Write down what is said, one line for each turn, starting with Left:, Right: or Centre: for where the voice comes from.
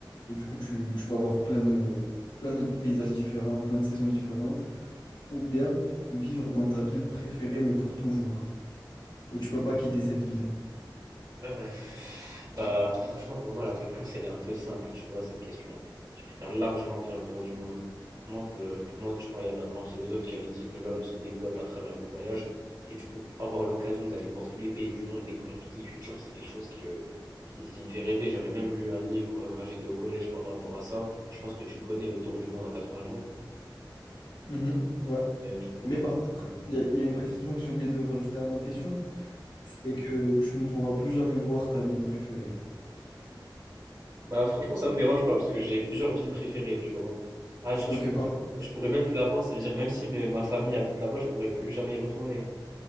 Left: et du coup, tu, tu vas voir plein de, plein de paysages différents, plein de saisons différentes, ou bien vivre dans ta ville préférée mais pour toujours et tu peux pas quitter cette ville?
Right: Euh, bah, franchement, pour moi, la réponse, elle est un peu simple, tu vois, à cette question. Je préfère largement faire le tour du monde. Pour moi, fe- pour moi, tu vois, il y avait un grand philosophe qui avait dit que l'homme se développe à travers le voyage. Et du coup, avoir l'occasion d'aller voir tous les pays du monde, découvrir toutes les cultures, c'est quelque chose qui, euh, qui, qui me fait rêver. J'avais même lu un livre euh, quand j'étais au collège par rapport à ça. Je pense que tu le connais, Le Tour du monde en 80 jours.
Left: Mhm, ouais.
Right: Et, euh, du coup,
Left: Mais
Right: fr-
Left: par contre,
Right: mais-
Left: il y a, il y a une précision que j'ai oublié de rajouter à ma question, c'est que tu ne pourras plus jamais voir ta ville préférée.
Right: Bah franchement ça me dérange pas parce que j'ai plusieurs villes préférées, tu vois. Ah genre
Left: Ok,
Right: je pourrais,
Left: pardon.
Right: je pourrais même plus la voir, ça veut dire même si mes- ma famille habite là-bas, je pourrais plus jamais y retourner.